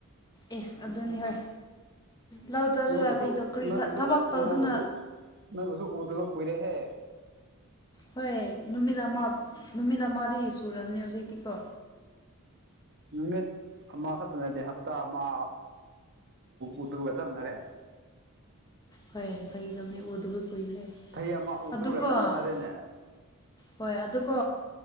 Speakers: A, on the left; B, on the right.
A: ꯑꯦꯁ ꯑꯗꯨꯅꯤ ꯍꯣꯏ ꯂꯧ ꯆꯠꯂꯒ
B: ꯅꯣꯏ ꯕꯨꯁꯨ
A: ꯀꯩꯗꯧ ꯀꯔꯤ
B: ꯅꯣꯏ ꯕꯨꯁꯨꯨ
A: ꯊꯕꯛ ꯇꯧꯗꯨꯅ
B: ꯅꯣꯏ ꯕꯨꯁꯨ ꯅꯣꯏ ꯕꯨꯁꯨ ꯎꯗꯨꯒ ꯀꯨꯏꯔꯦꯍꯦ
A: ꯍꯣꯏ ꯅꯨꯃꯤꯠ ꯑꯃ ꯅꯨꯃꯤꯠ ꯑꯃꯗꯤ ꯁꯨꯔꯕꯅꯤ ꯍꯧꯖꯤꯛꯇꯤꯀꯣ
B: ꯎꯃꯦ ꯑꯥ ꯈꯗꯦ ꯍꯥꯞꯇꯥ ꯑꯃ ꯎꯗꯒ ꯊ ꯃꯅꯔꯦ ꯍ
A: ꯍꯣꯏ ꯐꯒꯤꯗꯕ ꯃꯤ ꯎꯗꯕꯨ ꯀꯨꯏꯈ꯭ꯔꯦ
B: ꯆꯍꯤ ꯑꯃ ꯎꯗꯕꯒ
A: ꯑꯗꯨꯒꯀꯣ
B: ꯆꯞ ꯃꯥꯟꯅꯔꯦꯅꯦ
A: ꯍꯣꯏ ꯑꯗꯨꯀꯣ